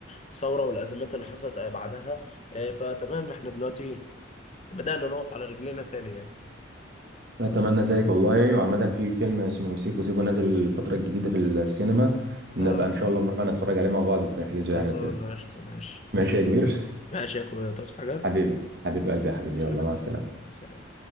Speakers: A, on the left (about 35°); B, on the right (about 55°).
A: الثورة والأزمات اللي حصلت بعدها آه، فتمام احنا دلوقتي بدأنا نقف على رجلينا تاني يعني
B: أتمنى ذلك والله وعامة في فيلم اسمه سيكو سيكو نازل الفترة الجديدة في السينما نبقى
A: اه
B: إن شاء الله نروح بقى نتفرج عليه مع بعض ونحجزه
A: خلصانة
B: يعني وكده
A: قشطة ماشي
B: ماشي يا كبير
A: ماشي يا اخويا تصحى حاجة
B: حبيب حبيب قلبي يا حبيبي
A: سلام
B: يلا مع السلامة
A: سلام